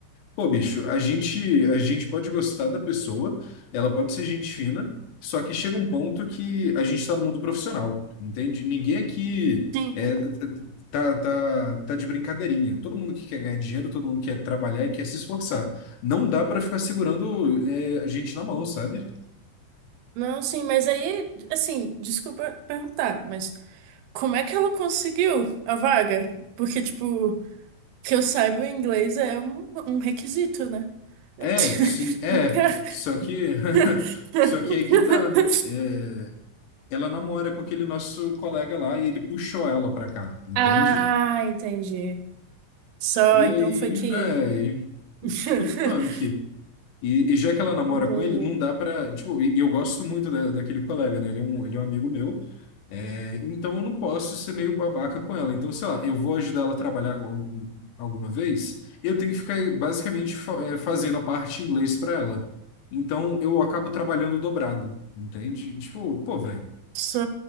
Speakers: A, on the left; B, on the right.
A: Pô, bicho, a gente, a gente pode gostar da pessoa, ela pode ser gente fina, só que chega um ponto que a gente está no mundo profissional, entende? Ninguém aqui
B: Sim.
A: é, tá, tá, tá de brincadeirinha. Todo mundo que quer ganhar dinheiro, todo mundo quer trabalhar e quer se esforçar. Não dá para ficar segurando é, a gente na mão, sabe?
B: Não, sim, mas aí, assim, desculpa perguntar, mas como é que ela conseguiu a vaga? Porque, tipo, que eu saiba, o inglês é um, um requisito, né? <laughs>
A: É, sim, é.
B: Não que é?
A: Só que, <laughs>
B: <laughs>
A: só que aí que tá. É, ela namora com aquele nosso colega lá e ele puxou ela pra cá, entende?
B: Ah, entendi. Só,
A: E
B: então
A: aí,
B: foi QI.
A: velho,
B: <laughs>
A: fica punk. E, e já que ela namora
B: Entendi.
A: com ele, não dá pra. Tipo, e e eu gosto muito da, daquele colega, né? Ele é um, ele é um amigo meu. É, então eu não posso ser meio babaca com ela. Então, sei lá, eu vou ajudar ela a trabalhar algum- alguma vez, eu tenho que ficar basicamente fa- é, fazendo a parte em inglês pra ela. Então eu acabo trabalhando dobrado, entende? Tipo, pô, velho.
B: Só.